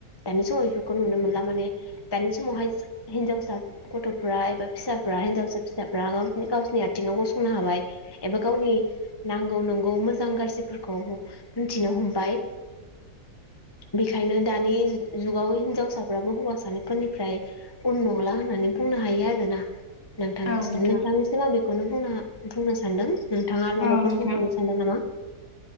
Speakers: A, on the left; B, on the left.
A: दानि समाव बेफोरखौ नुनो मोनला माने दानि समावहाय हिनजावसा गथ'फ्रा एबा फिसाफा एबा हिनजावसा फिसाफोरा गावसो गावसिनि आथिंआव गसंनो हाबाय एबा गावनि नांगौ नंनौ मोजां गाज्रि फोरखौ मिथिनो हमबाय बेखायनो दानि जुगाव हिनजावसाफ्राबो हौवासानिफोरनिफ्राय उन नंला होननानै बुंनो हा हायो आरोना नोंथनिसिम
B: औ नोंथां
A: नोंथांनिसिम आं बेखौनो बुंनो बुंनो सानदों। नोंथाङा आरो माबाफोर
B: औ नोंथां
A: बुंबावनो सानदों नामा?